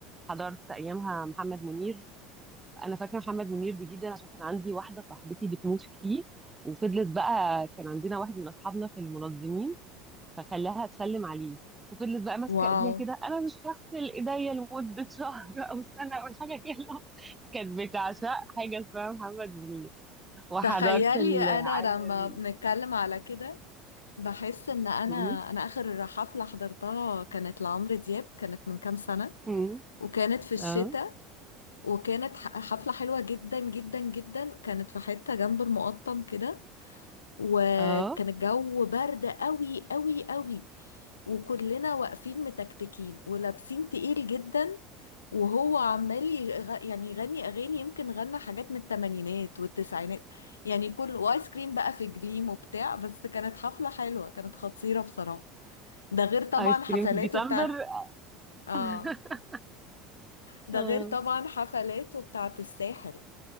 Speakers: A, on the right; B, on the left.
A: حضرت ايامها محمد منير انا فاكره محمد منير دي جدا عشان كان عندي واحده صاحبتي بتموت فيه وفضلت بقى كان عندنا واحد من اصحابنا في المنظمين فخلاها تسلم عليه وفضلت بقى ماسكه
B: واو
A: ايديها كده انا مش هغسل ايديا لمده <laughs> شهر او سنه او حاجه كده <laughs> كانت بتعشق حاجه اسمها محمد منير وحضرت
B: تخيلي
A: العامر
B: انا لما بنتكلم على كده بحس ان انا
A: مم.
B: انا اخر حفلة حضرتها كانت لعمرو دياب كانت من كام سنة
A: مم.
B: وكانت في الشتاء
A: اه
B: وكانت ح- حفلة حلوة جدا جدا جدا كانت في حتة جنب المقطم كده وكان
A: اه
B: الجو برد قوي قوي قوي وكلنا واقفين متكتكين ولابسين تقيل جدا وهو عمال يغ... يعني يغني اغاني يمكن غنى حاجات من الثمانينات والتسعينات يعني كل وايس كريم بقى في جليم وبتاع بس كانت حفلة حلوة كانت خطيرة بصراحة ده غير طبعا
A: ايس كريم
B: حفلاته
A: في ديسمبر
B: بتاعت اه
A: <laughs>
B: ده
A: اه
B: غير طبعا حفلاته بتاعت الساحل